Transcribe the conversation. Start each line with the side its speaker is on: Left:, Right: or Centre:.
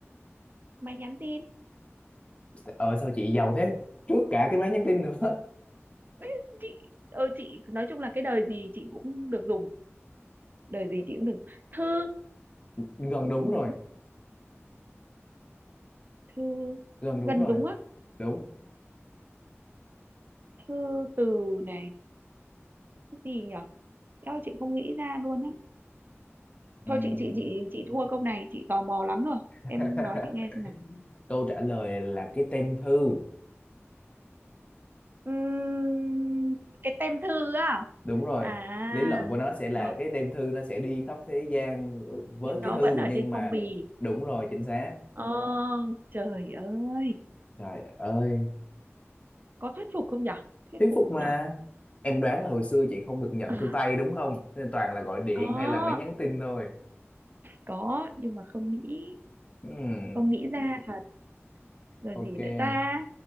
Right: máy nhắn tin
Left: ờ sao chị giàu thế trước cả cái máy nhắn tin nữa
Right: ừ, ấy, chị ừ, chị nói chung là cái đời gì chị cũng được dùng đời gì chị cũng được thư
Left: <laughs> gần
Right: cũng
Left: đúng
Right: không
Left: rồi
Right: đúng thư
Left: gần đúng
Right: gần
Left: rồi
Right: đúng á
Left: đúng
Right: thư từ này cái gì nhở eo chị không nghĩ ra luôn á thôi
Left: Ừm.
Right: chị chị chị chị thua câu này chị tò mò lắm rồi
Left: <laughs>
Right: em nói chị nghe xem nào
Left: câu trả lời là cái tem thư
Right: Ừm, cái tem thư á
Left: đúng rồi
Right: à
Left: lý luận của nó sẽ là
Right: đó
Left: cái tem thư nó sẽ đi khắp thế gian với
Right: nhưng nó
Left: cái thư
Right: vẫn ở
Left: nhưng
Right: trên
Left: mà
Right: phong bì
Left: đúng rồi chính xác
Right: ờ trời ơi
Left: trời ơi
Right: có thuyết phục không nhở thuyết
Left: thuyết
Right: phục
Left: phục mà
Right: nhở
Left: em đoán là hồi xưa chị không được nhận
Right: à,
Left: thư tay đúng không nên toàn là gọi điện
Right: có
Left: hay là máy nhắn tin thôi
Right: có nhưng mà không nghĩ
Left: Ừm,
Right: không nghĩ ra thật rồi
Left: ok
Right: gì nữa ta